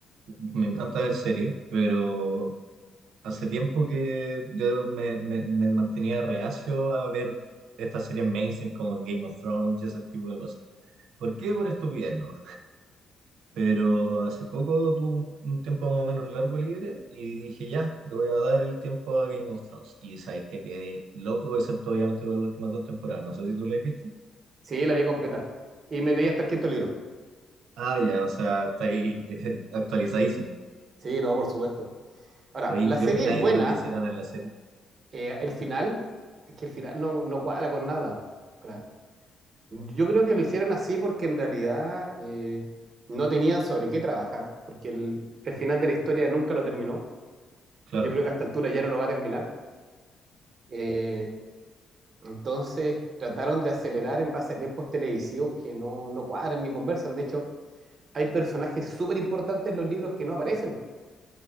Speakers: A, on the right; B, on the right.
A: me encanta ver series, pero Hace tiempo que yo me, me- me mantenía reacio a ver estas series mainstream como Game of Thrones y ese tipo de cosas. ¿Por qué? Por estupidez, ¿no? Pero hace poco tuve un, un tiempo más o menos largo libre y dije, ya, le voy a dar el tiempo a Game of Thrones. Y sabéis que quedé loco, excepto obviamente con las últimas dos temporadas. No sé si tú lo has visto.
B: Sí, la vi completa. Y me leí hasta el quinto libro.
A: Ah, ya, o sea, está ahí <laughs> actualizadísimo.
B: Sí, no, por supuesto. Ahora,
A: Oye,
B: la
A: ¿qué
B: serie
A: opináis
B: es buena.
A: de lo que hicieron en la serie?
B: eh, el final, es que el final no, no cuadra con nada. Ahora, yo creo que lo hicieron así porque en realidad eh, no tenían sobre qué trabajar, porque el, el final de la historia nunca lo terminó.
A: Claro,
B: Yo creo que a esta altura ya no lo va a terminar. Eh, entonces trataron de acelerar en base a tiempos televisivos que no, no cuadran ni conversan. De hecho, hay personajes súper importantes en los libros que no aparecen,